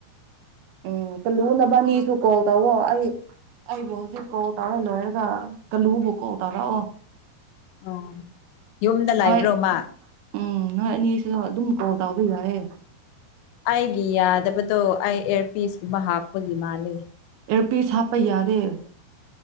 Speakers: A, on the right; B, on the left.
A: ꯎꯝ ꯀꯥꯜꯂꯨꯅ ꯕꯥꯅꯤꯁꯨ ꯀꯣꯜ ꯇꯧꯑꯣ ꯑꯩ ꯑꯩꯕꯨ ꯍꯧꯖꯤꯛ ꯀꯣꯜ ꯇꯧꯔ ꯂꯣꯏꯔꯒ ꯀꯂꯨꯕꯨ ꯀꯣꯜ ꯇꯧꯔꯛꯑꯣ꯫
B: ꯑꯣ ꯌꯨꯝꯗ ꯂꯩꯥꯏꯕ꯭ꯔꯣꯃ꯫
A: ꯅꯣꯏ ꯎꯝ ꯅꯣꯏ ꯑꯅꯤꯁꯨ ꯑꯗꯨꯝ ꯀꯣꯜ ꯇꯥꯕ ꯌꯥꯏꯌꯦ꯫
B: ꯑꯩꯒꯤ ꯌꯥꯗꯕꯗꯣ ꯑꯩ ꯑꯦꯌꯥꯔꯄꯤꯁꯀꯨꯝꯕ ꯍꯥꯞꯄꯒꯤ ꯃꯥꯂꯦ
A: ꯑꯦꯔꯄꯤꯁ ꯍꯥꯞꯄ ꯌꯥꯗ‌ꯦ ꯎꯝ